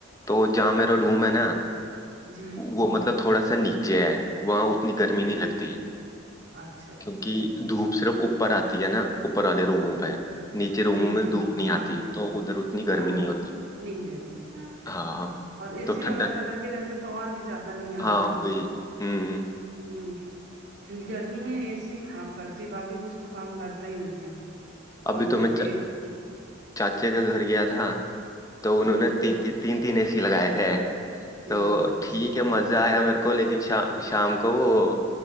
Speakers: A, on the left (about 20°); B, on the right (about 60°).
A: تو جہاں میرا روم ہے نا
B: جی
A: وہ مطلب تھوڑا سا نیچے ہے وہاں اتنی گرمی نہیں لگتی
B: اچ
A: کیونکہ دھوپ صرف اوپر آتی ہے نا اوپر والے روموں پہ نیچے روموں
B: جی
A: میں
B: جی
A: دھوپ نہیں
B: ہاں
A: آتی تو ادھر اتنی گرمی
B: ہاں
A: نہیں ہوتی
B: نہیں رہتی جی
A: ہاں
B: اور اے
A: تو
B: سی
A: ٹھنڈک
B: وغیرہ لگے رہتے تو اور بھی زیادہ نہیں
A: ہاں
B: آتی ہو
A: وہی ہوں
B: ہوں کیونکہ گرمی میں اے سی ہی کام کرتی باقی کچھ تو کام کرتا ہی نہیں ہے
A: ابھی
B: اور
A: تو میں
B: یہ
A: چا چاچا کے گھر گیا تھا تو انہوں
B: جی
A: نے تین تین تین تین اے سی لگائے تھے
B: جی
A: تو
B: جی اچھا
A: ٹھیک کہ مزہ آیا میرے کو لیکن شا شام کو وہ